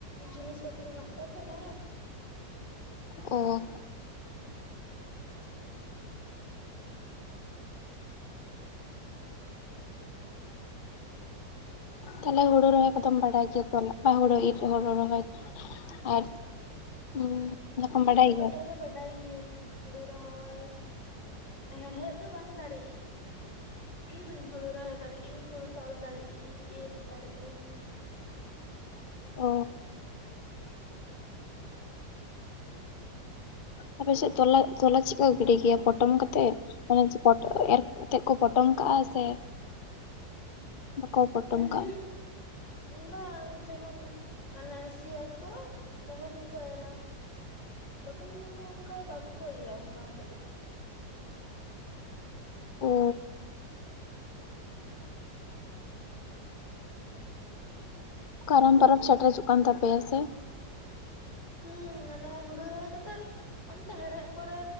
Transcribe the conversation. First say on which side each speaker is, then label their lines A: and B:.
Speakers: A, on the left; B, on the left.
A: ᱡᱤᱱᱤᱥ ᱯᱟᱛᱤ ᱢᱮᱱᱟᱜ ᱠᱚᱣᱟ ᱾ ᱛᱚ ᱚᱲᱟᱜ ᱨᱮ
B: ᱚ ᱛᱟᱦᱚᱞᱮ ᱦᱳᱲᱩ ᱨᱚᱦᱚᱭ ᱠᱚᱫᱚᱢ ᱵᱟᱰᱟᱭ ᱜᱮᱭᱟ᱾ ᱛᱚ ᱦᱩᱲᱩ ᱤᱨ ᱦᱩᱲᱩ ᱨᱚᱦᱚᱭ ᱟᱨ ᱚᱱᱟ ᱠᱚᱢ
A: ᱦᱮᱸ ᱵᱟᱰᱟᱭ
B: ᱜᱮᱭᱟ
A: ᱫᱚ ᱵᱟᱰ ᱵᱟᱰᱟᱭ ᱜᱤᱭᱟᱹᱧ ᱦᱳᱲᱳ ᱨᱚᱦᱚᱭ, ᱦᱮᱲᱦᱮᱫ ᱫᱚ ᱵᱟᱝ ᱫᱟᱲᱮᱟᱜ ᱤᱧ᱾ ᱦᱩᱲᱩ ᱨᱚᱦᱚᱭ ᱫᱟᱲᱮᱜᱭᱟᱜ ᱤᱧ, ᱦᱩᱲᱩ ᱛᱚᱞ ᱫᱟᱲᱮᱜ ᱤᱧ, ᱤᱨᱻ ᱫᱟᱲᱮᱜᱭᱟᱜ ᱟᱹᱧ᱾
B: ᱚ ᱛᱯᱮᱥᱮᱫ ᱛᱚᱞᱟ - ᱛᱚᱞᱟ ᱪᱮᱫ ᱠᱚ ᱜᱤᱰᱤ ᱜᱮᱭᱟ᱾ ᱯᱚᱴᱚᱢ ᱠᱟᱛᱮᱮᱫ ᱢᱟᱱᱮ ᱯᱚᱴ ᱮᱨ ᱠᱟᱛᱮᱜ ᱠᱚ ᱯᱚᱴᱚᱢ ᱠᱟᱜᱼᱟ ᱥᱮ ᱵᱟᱠᱚ ᱯᱚᱴᱚᱢ
A: ᱩᱦᱩᱜ
B: ᱠᱟᱜ ᱟ᱾
A: ᱵᱟᱝ ᱡᱚᱠᱷᱚᱱ ᱚᱱᱮ ᱥᱤᱭᱟ ᱠᱚ ᱛᱚᱠᱷᱚᱱ ᱜᱮᱠᱚ ᱮᱨᱟ, ᱯᱚᱴᱚᱢ ᱫᱚ ᱚᱱᱠᱟ ᱵᱟᱠᱚ ᱤᱭᱟ ᱾ᱚᱱᱠᱟᱛᱮᱫ ᱫᱚ᱾
B: ᱚ ᱠᱟᱨᱟᱢ ᱛᱚᱨᱚ ᱥᱮᱴᱮᱨ ᱦᱚᱪᱚᱜ ᱠᱟᱱ ᱛᱟᱯᱮᱭᱟ ᱥᱮ
A: ᱦᱩᱸ ᱢᱟᱱᱮ ᱦᱩᱲᱩ ᱨᱚᱦᱚᱭ ᱠᱟᱛᱮᱜ, ᱚᱱᱛᱮ ᱦᱮᱲᱦᱮᱫ ᱯᱚᱨᱮ